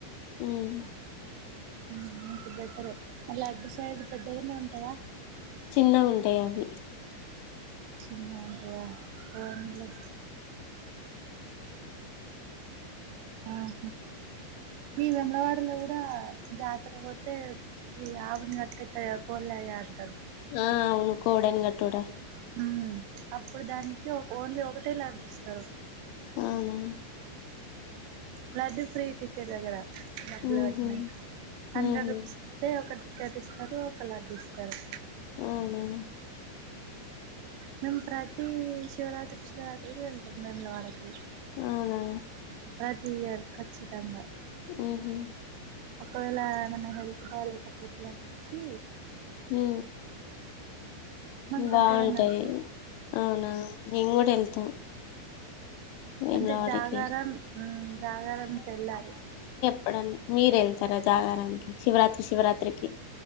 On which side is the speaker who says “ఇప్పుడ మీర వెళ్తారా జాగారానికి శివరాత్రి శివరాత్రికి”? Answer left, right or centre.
Left